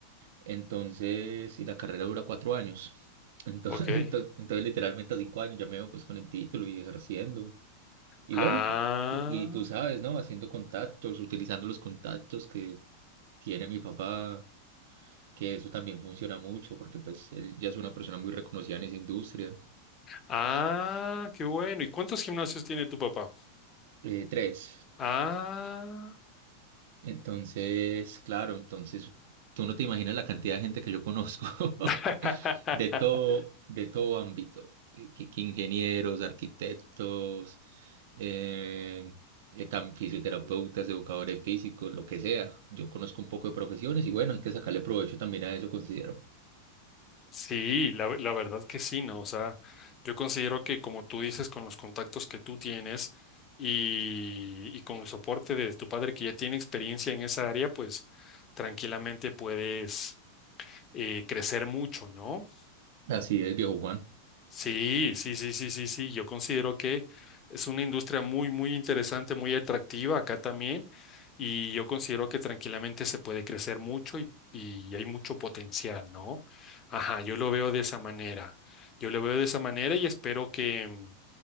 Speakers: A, on the right; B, on the left.
A: Entonces, y la carrera dura cuatro años. Entonces,
B: Ok.
A: <laughs> entonces, entonces literalmente a cinco años ya me veo pues con el título y ejerciendo. Y
B: Ah,
A: bueno, y, y tú sabes, ¿no? Haciendo contactos, utilizando los contactos que tiene mi papá, que eso también funciona mucho porque pues él ya es una persona muy reconocida en esa industria.
B: ah, qué bueno. ¿Y cuántos gimnasios tiene tu papá?
A: Eh, tres.
B: Ah.
A: Entonces, claro, entonces tú no te imaginas la cantidad de gente que yo conozco <laughs>
B: <laughs>
A: de todo, de todo ámbito, que, que- que ingenieros, arquitectos, eh, eh, tam- fisioterapeutas, educadores físicos, lo que sea. Yo conozco un poco de profesiones y bueno, hay que sacarle provecho también a eso, considero.
B: Sí, la, la verdad que sí, ¿no? O sea, yo considero que como tú dices, con los contactos que tú tienes y, y con el soporte de tu padre que ya tiene experiencia en esa área, pues tranquilamente puedes eh, crecer mucho, ¿no?
A: Así es, viejo Juan.
B: Sí, sí, sí, sí, sí, sí. Yo considero que es una industria muy, muy interesante, muy atractiva acá también. Y yo considero que tranquilamente se puede crecer mucho y, y hay mucho potencial, ¿no? Ajá, yo lo veo de esa manera. Yo lo veo de esa manera y espero que, mm,